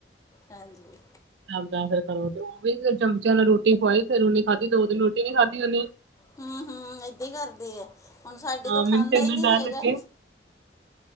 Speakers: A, on the left; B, on the right.
A: ਹਾਂਜੀ
B: ਉਹ ਵੀ ਚਮਚਿਆਂ ਨਾਲ ਰੋਟੀ ਖਵਾਈ ਫਿਰ ਨੀ ਖਾਧੀ ਦੋ ਦਿਨ ਰੋਟੀ ਨੀ ਖਾਧੀ ਓਨੀ
A: ਹੂੰ, ਹੂੰ ਏਦਾਂ ਹੀ ਕਰਦੇ ਆ ਹੁਣ ਸਾਡੇ
B: ਹਾਂ
A: ਤੋਂ ਖਾਂਦਾ
B: ਮੈਨੂੰ ਤੇ ਇੰਨਾ
A: ਹੀ ਨਹੀਂ
B: ਡਰ
A: ਹੈਗਾ
B: ਲੱਗੇ